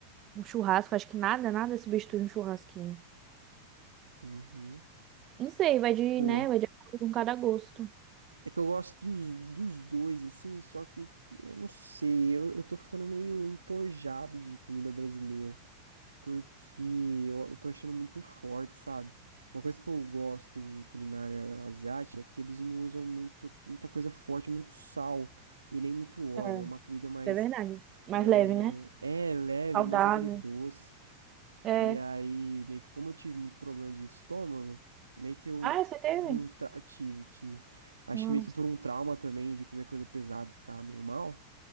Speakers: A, on the right; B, on the right.
A: um churrasco, acho que nada, nada substitui um churrasquinho.
B: Uhum.
A: Não sei, vai de,
B: Pô,
A: né, vai de acordo com cada gosto.
B: é que eu gosto dos, dos dois, assim, só que eu, eu não sei, eu, eu tô ficando meio entojado de comida brasileira. porque eu, eu tô achando muito forte, sabe? Uma coisa que eu gosto em culinária asiática é que eles não usam muito, muita coisa forte, muito sal e nem muito óleo.
A: É,
B: É uma
A: isso
B: comida mais,
A: é verdade. Mais
B: é,
A: leve, né?
B: é leve,
A: Saudável.
B: é mais agridoce.
A: É.
B: E aí, meio que como eu tive muito problema de estômago, meio que eu
A: Ah, você teve?
B: por um tra- tive, tive. Acho
A: Nossa.
B: que meio que por um trauma também de comer coisa pesada e ficar meio mal.